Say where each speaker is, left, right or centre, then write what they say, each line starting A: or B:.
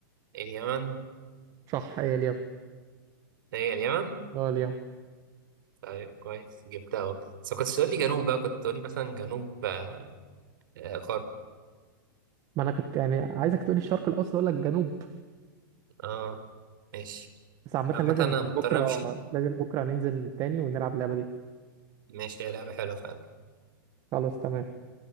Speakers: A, on the right; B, on the right.
A: اليمن
B: صح هي اليمن
A: هي اليمن
B: اه اليمن
A: طيب كويس جبتها اهو بس ما كنتش تقول لي جنوب بقى كنت تقول لي مثلا جنوب آه، آه، غرب
B: ما انا كنت يعني عايزك تقولي الشرق الاوسط اقول لك جنوب
A: اه ماشي
B: بس عامه
A: عامة
B: لازم
A: انا مضطر
B: بكره
A: امشي
B: لازم بكره ننزل تاني ونلعب اللعبه دي
A: ماشي يا لعبة حلوة فعلا
B: خلاص تمام